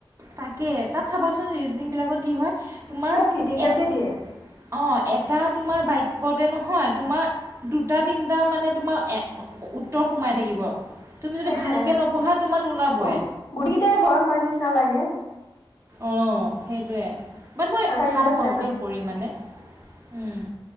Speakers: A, on the right; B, on the left.
A: তাকে তাত চাবাচোন ৰিজনিং বিলাকত কি হয়। তোমাৰ
B: বৰ ক্ৰিটিকেলকে
A: এট
B: দিয়ে।
A: অঁ এটা তোমাৰ বাক্যতে নহয় তোমাৰ দুটা তিনিটা মানে তোমাৰ উত্তৰ সোমাই থাকিব। তুমি যদি
B: সেয়াই
A: ভালকৈ নপঢ়া তোমাৰ নোলাবই।
B: আক গোটকেইটাই হয় হয় নিচিনা লাগে।
A: অ সেইটোৱে। বাট মই
B: আধা
A: ভাল
B: কেইটা আছিলে
A: পাওঁ দেই কৰি মানে উম